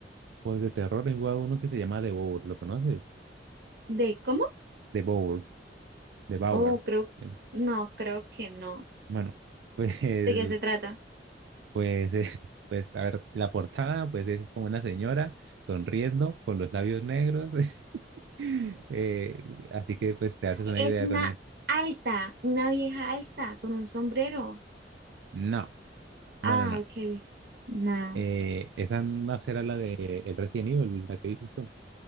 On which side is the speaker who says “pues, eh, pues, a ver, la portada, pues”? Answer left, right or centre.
Right